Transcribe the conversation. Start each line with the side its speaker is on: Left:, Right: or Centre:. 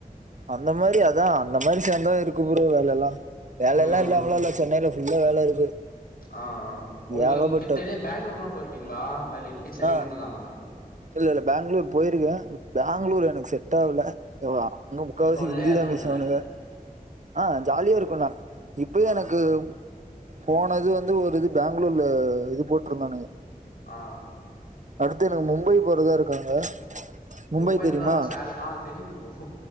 Right: அந்த மாரி அதா அந்த மாரி சேந்த இருக்கு ப்ரோ வேலலா வேலலா
Left: ம்
Right: இல்லாமலா இல்ல சென்னைல ஃபுல்லா வேல இருக்கு
Left: ஆ ஆ ஒங்களுக்கு
Right: ஏகப்பட்டது
Left: தெரியு பேங்ளூர்லா போயிருக்கீங்ளா வேலைக்கு சென்னை
Right: ஆ
Left: மட்டுந்தானா
Right: இல்ல இல்ல பேங்களூர் போயிருக்கே பேங்களூர் எனக்கு செட் ஆவல எவா இன்னு முக்காவாசி
Left: ம் தொல்லையா
Right: ஹிந்தி
Left: இருக்குல்ல
Right: தா பேசுவானுங்க ஆ ஜாலியா இருக்குண்ணா இப்பயே
Left: ஆ
Right: எனக்கு போன இது வந்து ஒரு இது பேங்ளூர்ல இது போட்ருந்தானுங்க
Left: ஆ
Right: அடுத்து எனக்கு மும்பை போறதா இருக் க்காங்க
Left: பொம்பைல்லா
Right: மும்பை தெரியுமா
Left: சேல ஆ தெரியு ப்ரோ